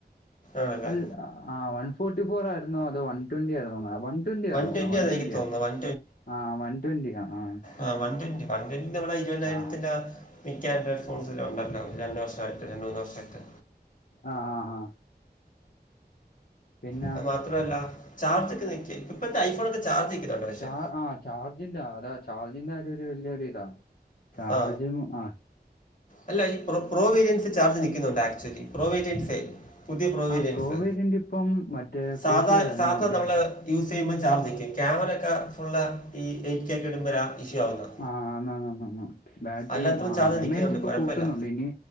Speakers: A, on the left; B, on the left.
A: ആണല്ലേ
B: അൽ ആ വൺ ഫോർട്ടി ഫോർ ആയിരുന്നോ അതോ വൺ ട്വന്റി ആയിരുന്നോ വൺ ട്വൻറ്റിയാ തോന്നുന്നത്
A: ട്വന്റി
B: വൺ
A: ആണ്
B: ട്വൻറ്റിയാണ്
A: എനിക്ക് തോന്നുന്നത് വൺ
B: ആ വൺ ട്വൻറ്റിയ ആ ആ
A: ആഹ് വൺ ട്വന്റി വൺട്വൻ്റി നമ്മളെ ഇരുപതിനായിരത്തിന്റെ
B: ആ
A: മിക്ക ആൻഡ്രോയ്ഡ് ഫോൺസിലും ഉണ്ടല്ലോ രണ്ട് വർഷായിട്ട് രണ്ട് മൂന്ന് വർഷായിട്ട്
B: ആഹ് ആ. പിന്നെ
A: അത് മാത്രമല്ല ചാർജൊക്കെ നിക്ക് ഇപ്പഴത്തെ ഐഫോൺ ഒക്കെ ചാർജ് നിൽക്കുന്നുണ്ട് പക്ഷെ
B: ചാ ആഹ് ചാർജിന്റെ അതാ ചാർജിന്റെ കാര്യം ഒരു വലിയൊര് ഇതാ ചാർജും
A: ആ
B: ആഹ്
A: അല്ല ഈ പ്രോ പ്രോ വേര്യൻസ് ചാർജ് നിക്കുന്നുണ്ട് ആക്ച്വലി പ്രോവേരിയൻസെ. പുതിയ പ്രോ വേരിയൻസ്
B: ആ വേരിയൻ്റ് ഇപ്പം മറ്റേ
A: സാധാ
B: കൂട്ടിയല്ലോ എം
A: സാധാ
B: എ ബാ-
A: നമ്മള് യൂസ് ചെയ്യുമ്പം ചാർജ് നിക്കും. ക്യാമറ ഒക്കെ ഫുള്ള ഈ എയ്റ്റ് കെ ഒക്കെടുമ്പഴി ഇഷ്യൂ ആവുന്നത്.
B: ആഹ് ആന്നാന്നാന്ന് ബാറ്ററി
A: അല്ലാത്തപ്പോൾ
B: ആഹ്
A: ചാർജ്
B: എം
A: നിൽക്കുന്നുണ്ട്
B: എ എച് ഇപ്പൊ
A: കുഴപ്പമില്ല
B: കൂട്ടുന്നുണ്ട് ഇനി